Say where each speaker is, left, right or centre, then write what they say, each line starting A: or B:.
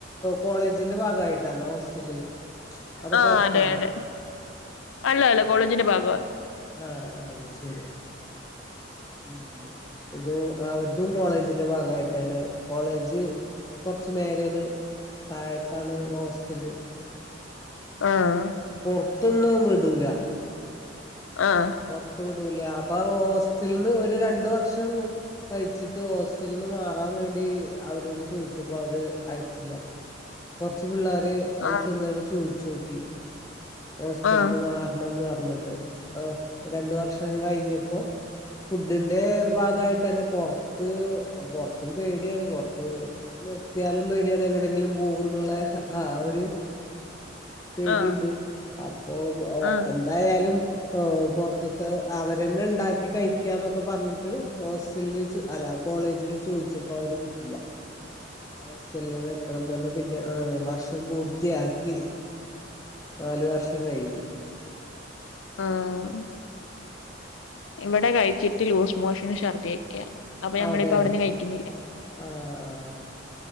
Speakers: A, on the left; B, on the left.
A: കോളേജിന്റെ ഭാഗമായിട്ടാണോ ഹോസ്റ്റല്? അതോ
B: ആ
A: പൊറത്താണോ
B: അതെ അതെ അള്ള അല്ല കോളേജിന്റെ ഭാഗമാണ്.
A: ആഹ് ആഹ് ശരി ഉ ഇത് അവർതും കോളേജിന്റെ ഭാഗമായിട്ട് തന്നെ കോളേജ് കുറച്ച് മേലെയാണ് താഴത്താണ് ഹോസ്റ്റല്.
B: ആഹ്
A: പുറത്തൊന്നും വിടൂല.
B: ആഹ്
A: പുറത്തു വിടൂല അപ്പൊ ഹോസ്റ്റലന്ന് ഒരു രണ്ട വർഷം കഴിച്ചിട്ട് ഹോസ്റ്റലന്ന് മാറാൻ വേണ്ടി അവരോട് ചോദിച്ചപ്പോ അവര് അയച്ചില്ല. കൊറച്ചു പിള്ളോര്ത്
B: ആ
A: ചെന്നട്ട് ചോയിചോക്കി. ഹോസ്റ്റലന്ന്
B: ആ ആ
A: മാറണംന്ന് പറഞ്ഞിട്ട് ആഹ് രണ്ട വർഷം കഴിഞ്ഞപ്പോ ഫുഡിന്റെ ഭാഗമായിട്ട് തന്നെ പൊറത്ത് പുറത്തും പേടിയാണ് പുറത്ത് നിർത്തിയാലും പേടിയാണ് എങ്ങടെങ്കിലും പോകുന്നുള്ള ആഹ് ഒരു പേടിയുണ്ട്
B: ആ
A: അപ്പൊ
B: ആ
A: എന്തായാലും പുറത്തത്തെ അവരന്നെ ഉണ്ടാക്കി കഴിക്കാന്നൊക്കെ പറഞ്ഞിട്ട് ഹോസ്റ്റലില് അല കോളേജിൽ ചോദിച്ചപ്പോൾ അവര് വീട്ടില്ല.
B: ഉ <inaudible>
A: ഹോസ്റ്റല നിൽക്കണന്ന് പറഞ്ഞ പിന്നെ ആഹ് വർഷം പൂർത്തിയാക്കി നാലു വർഷം കഴിഞ്ഞ്.
B: ആഹ് ഇവിടെ കഴിച്ചിട്ട് ലൂസ് മോഷൻ ശർദിക്കെയ അപ്പൊ ഞമ്മളിപ്പോ
A: അതെ
B: അവിടന്ന് കഴിക്കുന്നില്ല.
A: ആഹ് ആഹ്